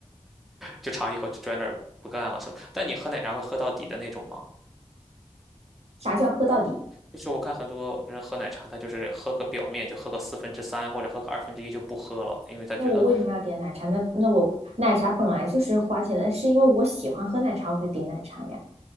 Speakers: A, in the centre; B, on the right (about 60°).
A: 就尝一口就转那儿不干了是吗？但你喝奶茶会喝到底的那种吗？
B: 啥叫喝到底？
A: 就是我看很多人喝奶茶，他就是喝个表面，就喝个四分之三或者喝个二分之一就不喝了，因为他觉得，
B: 那我为什么要点奶茶？那那我奶茶本来就是花钱的，是因为我喜欢喝奶茶我才点奶茶呀。